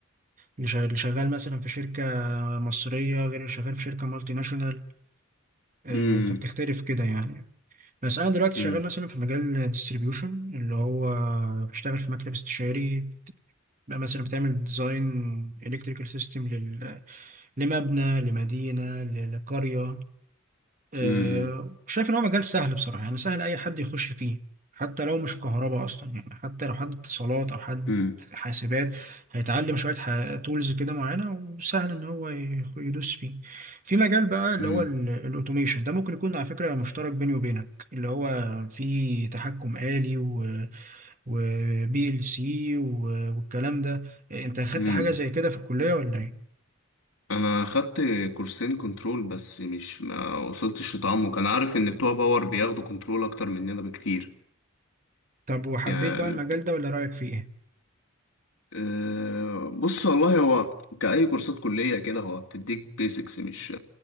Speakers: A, on the right; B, on the left.
A: اللي شغال اللي شغال مثلا في شركه مصريه غير اللي شغال في شركه مالتي ناشونال آه،
B: امم
A: فبتختلف كده يعني بس انا دلوقتي
B: امم
A: شغال مثلا في مجال ديستريبيوشن اللي هو بشتغل في مكتب استشاري بقى مثلا بتعمل ديزاين الكتريكال سيستم لمبنى لمدينه ل- لقريه آه،
B: امم
A: شايف ان هو مجال سهل بصراحه يعني سهل اي حد يخش فيه حتى لو مش كهرباء اصلا يعني حتى لو حد اتصالات او حد
B: امم
A: حاسبات هيتعلم شويه تولز كده معينه وسهل ان هو يخ- يدوس فيه في مجال بقى اللي
B: امم
A: هو ال- الاوتوميشن ده ممكن يكون على فكره مشترك بيني وبينك اللي هو فيه تحكم آلي وبي ال سي والكلام ده انت اخدت
B: امم
A: حاجه زي كده في الكليه ولا ايه
B: انا خدت كورسين كنترول بس مش ما وصلتش لتعمق انا عارف ان بتوع باور بياخدوا كنترول اكتر مننا بكتير
A: طب وحبيت
B: يعني
A: بقى المجال ده ولا رايك فيه ايه
B: أه، بص والله هو كأي كورسات كلية كده هو بتديك بيسكس مش